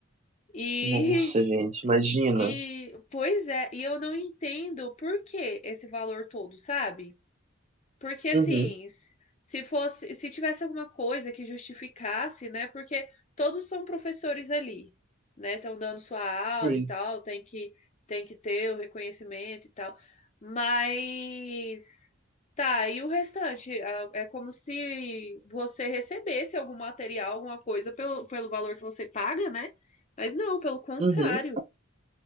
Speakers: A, on the left; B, on the right.
A: E,
B: Nossa, gente, imagina.
A: <laughs> e pois é, e eu não entendo por que esse valor todo, sabe? Porque assim,
B: Uhum,
A: s- se fosse, se tivesse alguma coisa que justificasse, né? Porque todos são professores ali, né? Estão dando sua aula
B: sim.
A: e tal, tem que tem que ter o reconhecimento e tal. Mas tá, e o restante? Ah, É como se você recebesse algum material, alguma coisa pelo, pelo valor que você paga, né? Mas não, pelo contrário.
B: Uhum.